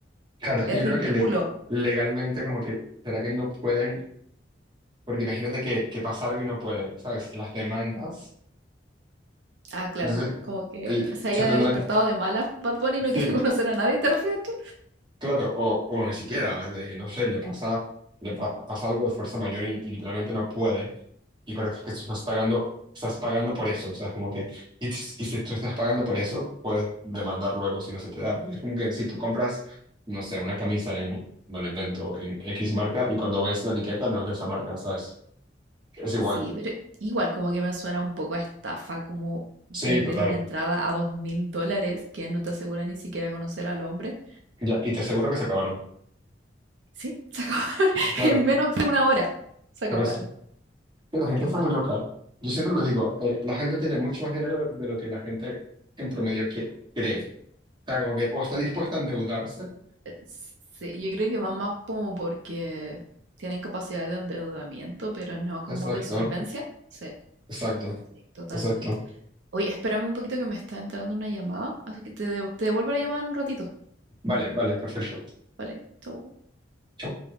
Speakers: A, on the right (about 25°); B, on the right (about 75°).
A: Claro, es
B: Es
A: que yo creo
B: ridículo.
A: que le- legalmente como que, ¿será que no pueden? Porque imagínate que, que pasa algo y no pueden, ¿sabes? Las demandas.
B: Ah, claro.
A: Entonces,
B: Como que
A: te-
B: se haya
A: se tendrán,
B: despertado de malas Bad Bunny y no
A: sí,
B: quiera <laughs> conocer a nadie, ¿te refieres tú?
A: Claro, o, o ni siquiera, eh, no sé, le pasa, le pa- pasa algo de fuerza mayor y, y literalmente no puede. Y pero es que tú estás pagando, estás pagando por eso. O sea, es como que, y, s- y si tú estás pagando por eso, puedes demandar luego si no se te da. Porque Es como que si tú compras, no sé, una camisa en, me lo invento, en X marca y cuando ves la etiqueta no es de esa marca, ¿sabes? Es igual.
B: Sí, pero igual como que me suena un poco a estafa, como
A: Sí,
B: vender
A: total.
B: una entrada a dos mil dólares que no te asegura ni siquiera conocer al hombre.
A: Ya, y te aseguro que se acabaron.
B: Sí, se acabaron <laughs>
A: Claro,
B: en menos de una hora. Se acabaron.
A: por eso. que la gente
B: Qué
A: está
B: mal.
A: muy loca. Yo siempre lo digo, eh, la gente tiene mucho más dinero de lo que la gente en promedio qui- cree. O sea, como que o está dispuesta a endeudarse.
B: Sí, yo creo que va más como porque tienen capacidad de endeudamiento, pero no como
A: Exacto,
B: de solvencia. Sí,
A: exacto,
B: sí, totalmente.
A: exacto.
B: Oye, espérame un poquito que me está entrando una llamada, así que te, de- te devuelvo la llamada en un ratito.
A: Vale, vale, perfecto.
B: Vale, chau.
A: Chao.